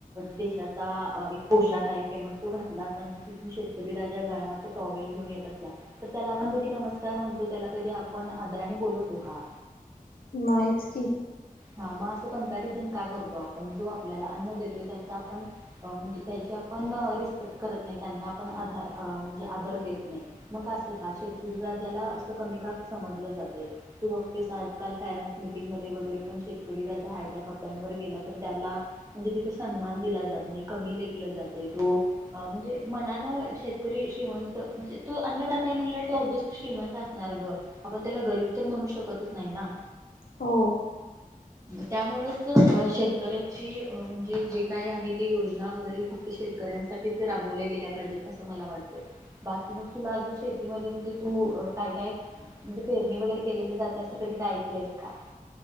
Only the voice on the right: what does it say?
देशाचा एक पोशाख आहे मग तो घातला असतां तिथं ती शेतकरी राजा गळ्यात टाॅवेल घेऊन येत असला तर त्याला आपण कधी नमस्कार म्हणतो त्याला कधी आपण आदराने बोलवतो का?
हा मग असं कंपॅरिझन का करतो आपण जो आपल्याला अन्न देतो त्याचा आपण म्हणजे त्याची पण रिस्पेक्ट करत नाही त्यांना आपण आधार म्हणजे आदर देत नाही, मग असं का शेतकरी राजाला असं कमी का समजल जातंय तू बघतेस आजकाल पॅरेंट्स मीटिंगमध्ये वगैरे शेतकरी राजा हाय त्या कपड्यांवर गेला तर, त्याला म्हणजे तिथं सन्मान दिला जात नाही कमी लेखल जातंय तो म्हणजे मनान शेतकरी श्रीमंत म्हणजे तो अन्नदाता ये म्हटल्यावर तिचं श्रीमंत असणार ग आपण त्याला गरीब तर म्हणू शकतच नाही ना!
त्यामुळेच अ शेतकऱ्याची म्हणजे जे काय आहे ते योजना वगैरे शेतकऱ्यांसाठीच राबवल्या गेल्या पाहिजेत असं मला वाटतंय बाकी मग तुला अजून शेतीमध्ये तू काय काय म्हणजे पेरणी वगैरे केलेली जाते असं कधी काय ऐकलंस का?